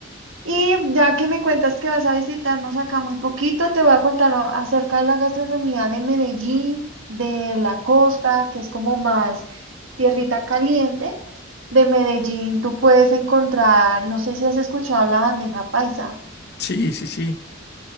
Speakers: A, on the right (about 80°); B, on the left (about 55°).
A: Y ya que me cuentas que vas a visitarnos acá muy poquito, te voy a contar a- acerca de la gastronomía de Medellín, de la costa, que es como más tierrita caliente. De Medellín tú puedes encontrar, no sé si has escuchado la bandeja paisa.
B: Sí, sí, sí.